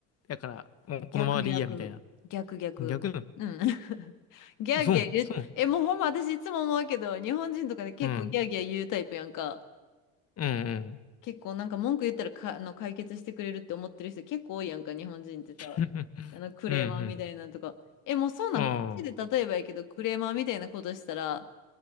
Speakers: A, on the left; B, on the left.
A: やから、もうこのままでいいや、
B: 逆、逆、
A: みたいな。
B: 逆、逆。
A: 逆な
B: うん。<laughs> ギャーギャー言う。
A: の。そうそう
B: え、もうほんま私いつも思うけど、日本人とかで結構ギャーギャー言うタイプやんか。
A: うん。うん、う
B: 結構なんか文句言ったらか、あの解決してくれるって思ってる人結構多いやんか、日本人ってさ。
A: ん。<laughs>
B: あのクレーマーみたいなんとか。
A: うん、
B: え、もうそうなん、
A: うん。
B: こっちで例えばやけど、
A: ああ、
B: クレーマーみたいなことしたら、